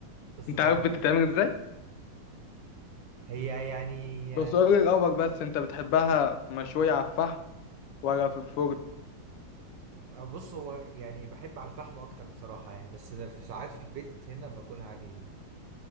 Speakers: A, on the right (about 70°); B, on the left (about 85°).
A: قصه
B: انت
A: تانية
B: عارف بتتعمل ازاي
A: هي يعني
B: بس قولي الاول بس انت بتحبها مشوية على الفحم ولا في الفرن
A: آه، بص هو يعني بحب على الفحم اكتر بصراحه يعني بس في ساعات في البيت هنا باكلها عادي